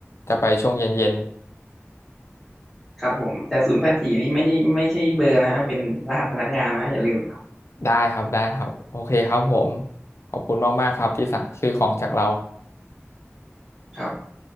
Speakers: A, on the left; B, in the centre.
A: จะไปช่วงเย็นๆ
B: ครับผมแต่ศูนย์แปดสี่นี้ไม่ใช่ไม่ใช่เบอร์นะฮะเป็นรหัสพนักงานนะอย่าลืมนะ
A: ได้ครับ ได้ครับ โอเคครับผม ขอบคุณมากๆครับที่สั่งซื้อของจากเรา
B: ครับ